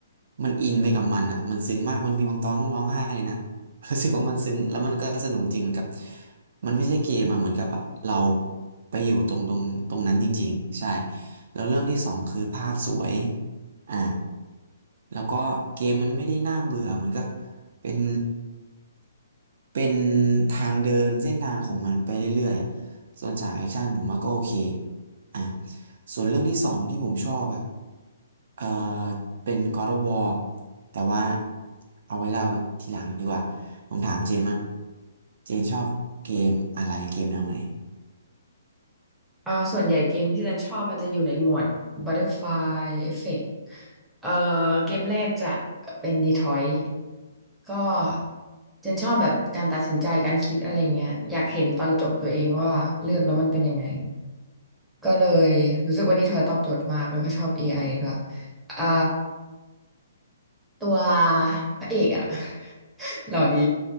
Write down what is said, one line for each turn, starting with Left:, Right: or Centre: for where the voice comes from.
Right: มันอินไปกับมันอ่ะมันซึ้งมากมันมีบางตอนต้องร้องไห้เลยนะ <laughs> รู้สึกว่ามันซึ้งแล้วมันก็สนุกจริงเหมือนกับมันไม่ใช่เกมอะเหมือนกับอะเราไปอยู่ตรงตรงตรงนั้นจริงๆใช่แล้วเรื่องที่สองคือภาพสวยอ่าแล้วก็เกมมันไม่ได้น่าเบื่อมันก็เป็นเป็นทางเดินเส้นทางของมันไปเรื่อย ส่วนฉากแอคชั่นผมว่าก็โอเคอ่ะส่วนเรื่องที่สองที่ผมชอบอ่ะเอ่อเป็น God of War แต่ว่าเอาไว้เล่าทีหลังดีกว่า ผมถามเจนมั่งเจนชอบเกมอะไรเกมแนวไหน
Centre: เอ่อส่วนใหญ่เกมที่ดันชอบมันจะอยู่ในหมวด Butterfly Effect เอ่อเกมแรกจะเป็น Detroit ก็ดันชอบแบบการตัดสินใจการคิดอะไรเงี้ยอยากเห็นตอนจบตัวเองว่าเลือกแล้วมันเป็นยังไงก็เลยรู้สึกว่า Detroit ตอบโจทย์มากแล้วก็ชอบ AI ด้วยอ่าตัวพระเอกอะ <laughs> หล่อดี